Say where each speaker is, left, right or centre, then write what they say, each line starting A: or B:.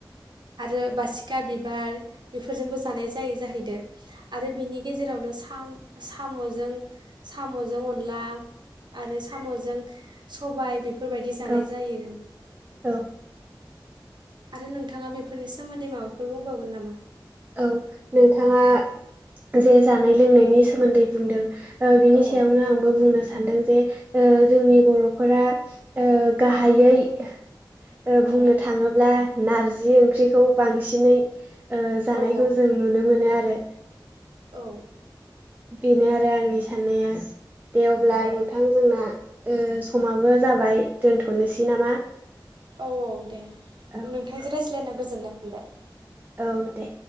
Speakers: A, on the right; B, on the right.
A: आरो बासिखा बिबार बेफोरजोंबो जानाय जायोै जाहैदो आरो बिनि जेरावनो साम साम'जों अनला आरो साम'जों सबाय बेफोरबायदि जानाय
B: औ औ
A: जायो
B: औ
A: आरो नोंथाङा बेफोरनि सोमोन्दै माबाफोर बुंबावगोन नामा?
B: औ नोंथाङा जे जानाय लोंनायनि सोमोन्दै बुंदों ओ बिनि
A: औ
B: सायावनो आंबो बुंनो सानदों जे ओ जोंनि बर'फोरा ओ गाहायै ओ
A: औ
B: बुंनो थाङोब्ला नारजि ओंख्रिखौ बांसिनै ओ जानायखौ
A: औ
B: जों नुनो मोनो आरो
A: औ
B: बेनो आरो आंनि साननाया दे अब्ला
A: औ
B: नोंथां जोंना ओ समाबो जाबाय दोनथ'नोसै नामा?
A: औ औ दे
B: औ
A: नोंथांजों रायज्लायना गोजोननाय मोनबाय
B: औ दे